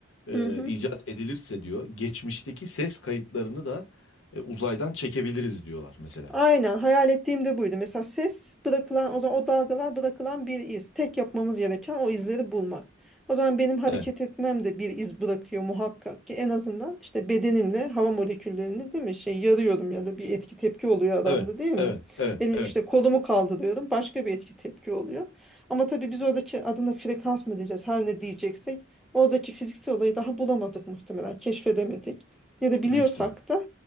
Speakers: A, on the left; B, in the centre.
A: e,
B: Hı hı.
A: icat edilirse diyor geçmişteki ses kayıtlarını da e, uzaydan çekebiliriz diyorlar mesela.
B: Aynen hayal ettiğim de buydu. Mesela ses bırakılan o zaman o dalgalar bırakılan bir iz. Tek yapmamız gereken o izleri bulmak. O zaman benim hareket
A: Evet,
B: etmem de bir iz bırakıyor muhakkak ki en azından işte bedenimle hava moleküllerini değil mi şey yarıyorum ya da bir etki tepki oluyor adamda
A: evet,
B: değil mi?
A: evet, evet,
B: Eli
A: evet.
B: işte kolumu kaldırıyorum başka bir etki tepki oluyor. Ama tabii biz oradaki adına frekans mı diyeceğiz her ne diyeceksek oradaki fiziksel olayı daha bulamadık muhtemelen keşfedemedik. Ya da
A: Büyük
B: biliyorsak
A: ihtimal.
B: da